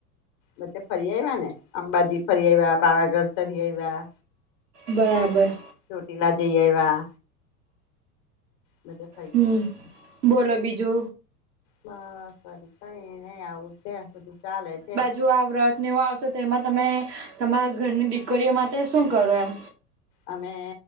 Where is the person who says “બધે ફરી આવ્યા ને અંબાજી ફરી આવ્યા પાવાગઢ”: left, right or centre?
Left